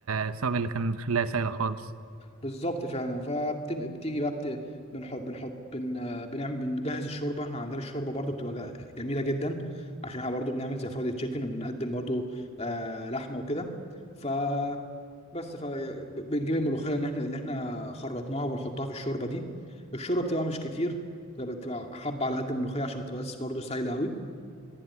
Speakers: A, on the right; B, on the left.
A: السبب اللي كان خلاها سايله خالص
B: بالظبط فعلا فبتيجي بقى بت... بنحط بنحط بن... آه، بنعمل بنجهز الشوربه احنا عندنا الشوربه برضو بتبقى ج- جميله جدا عشان احنا برضو بنعمل زي فرايد تشيكن وبنقدم برضو آه لحمه وكده ف بس فبنجيب الملوخيه ان احنا اللي احنا خرطناها وبنحطها في الشوربه دي الشوربه بتبقى مش كتير بتبقى بتبقى حبه على قد الملوخيه عشان ما تبقاش برضه سايله قوي